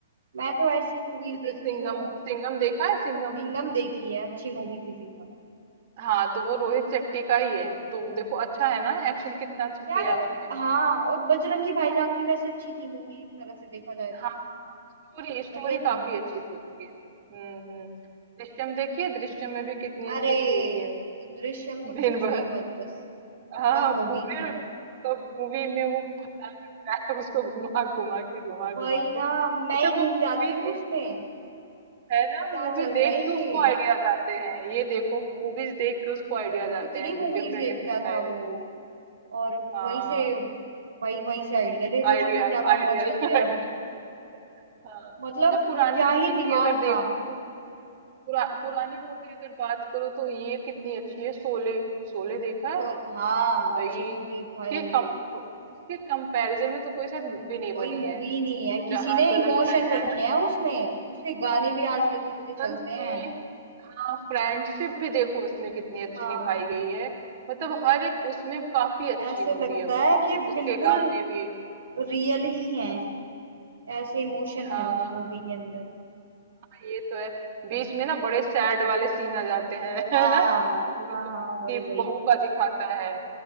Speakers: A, on the right; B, on the right.
A: मैं तो ऐसी मूवीज
B: जैसे
A: देखती
B: सिंघम
A: हूँ
B: सिंघम देखा है सिंघम
A: सिंघम देखी है अच्छी मूवी थी सिंघम
B: हाँ तो वो रोहित शेट्टी का ही है तो देखो अच्छा है ना एक्शन कितना अच्छा
A: यार
B: किया है उसमें
A: हाँ और बजरंगी भाईजान भी वैसे अच्छी थी मूवी एक तरह से देखा जाए तो
B: हाँ स्टोरी स्टोरी
A: बढ़िया थी
B: काफी
A: मूवी
B: अच्छी थी उसकी हम्म हम्म दृश्यम देखिए दृश्यम में भी कितनी अच्छी
A: अरे
B: स्टोरी है
A: दृश्यम तो
B: दिन
A: पूछो
B: भर
A: ही मत बस
B: हाँ
A: क्या मूवी
B: पूरे
A: थी
B: मतलब मूवी में वो फंसा रहता है उसको घुमा घुमा के घुमा घुमा
A: वही
B: के
A: ना
B: अच्छा
A: मैं ही घूम
B: वो मूवी
A: जाती हूँ
B: देख
A: उसमें
B: है ना
A: क्या
B: मूवी
A: चल रहा
B: देख
A: है ये
B: के उसको आइडियाज आते हैं ये देखो मूवीज देख के उसको आइडियाज
A: कितनी
B: आते हैं
A: मूवीज
B: डिफरेंट
A: देखता
B: डिफरेंट
A: था
B: आइडियाज
A: वो और
B: हाँ
A: वहीं से वही वहीं से आइडिया लेता
B: Idea
A: था कि क्या करना
B: idea
A: चाहिए
B: idea
A: अब
B: <laughs> हाँ
A: मतलब
B: अच्छा पुरानी
A: क्या
B: मूवी
A: ही
B: की
A: दिमाग
B: अगर देखो
A: था
B: तो पुरा, पुरानी मूवी अगर बात करो तो ये कितनी अच्छी है शोले शोले देखा
A: शोल
B: है
A: हाँ
B: भाई
A: अच्छी मूवी
B: उसके
A: भाई
B: कम उसके कंपैरिजन में तो कोई शायद मूवी नहीं
A: कोई
B: बनी
A: मूवी
B: है
A: नहीं है
B: मुझे
A: किसी
B: जहां
A: ने
B: तो
A: इमोशन
B: लगता है
A: रखे
B: ना
A: हैं उसमें उसके गाने भी आज तक
B: इमोशंस
A: इतने चलते हैं
B: भी हाँ फ्रेंडशिप भी देखो उसमें कितनी अच्छी
A: हाँ
B: निभाई गई है मतलब हर एक उसमें काफी अच्छी
A: ऐसे
B: मूवी
A: लगता
B: है वो
A: है कि
B: उसके
A: बिल्कुल
B: गाने भी
A: रियल ही है ऐसे इमोशन
B: हाँ
A: है उस मूवी
B: हाँ
A: के अंदर
B: ये तो है बीच में ना बड़े सैड वाले सीन आ जाते हैं <laughs>
A: हाँ
B: है ना वो
A: हाँ
B: जो उसकी
A: हाँ वही वही
B: बहू का दिखाता है